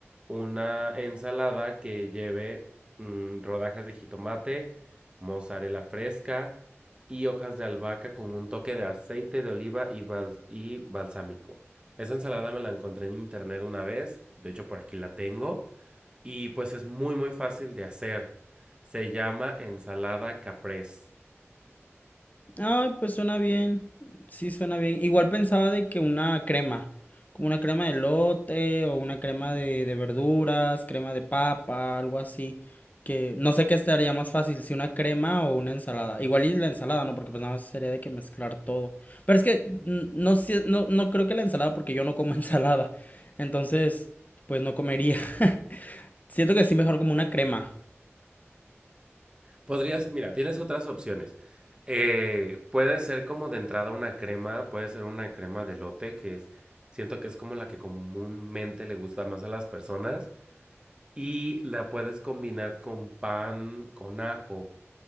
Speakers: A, on the right (about 20°); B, on the left (about 35°).
A: una ensalada que lleve mm, rodajas de jitomate, mozzarella fresca y hojas de albahaca con un toque de aceite de oliva y, bal- y balsámico. Esa ensalada me la encontré en internet una vez, de hecho por aquí la tengo. y pues es muy muy fácil de hacer. Se llama ensalada caprese.
B: Ay, pues suena bien. Sí, suena bien. Igual pensaba de que una crema, como una crema de lote o una crema de, de verduras, crema de papa, algo así. Que no sé qué estaría más fácil, si una crema o una ensalada. Igual y la ensalada, ¿no? Porque pues nada más sería de que mezclar todo. Pero es que mm, no, sé- no, no creo que la ensalada, porque yo no como <laughs> ensalada. Entonces, pues no comería. <laughs> Siento que sí mejor como una crema.
A: Podrías, mira, tienes otras opciones. Eh, puede ser como de entrada una crema, puede ser una crema de lote que es, siento que es como la que comúnmente le gusta más a las personas y la puedes combinar con pan con ajo.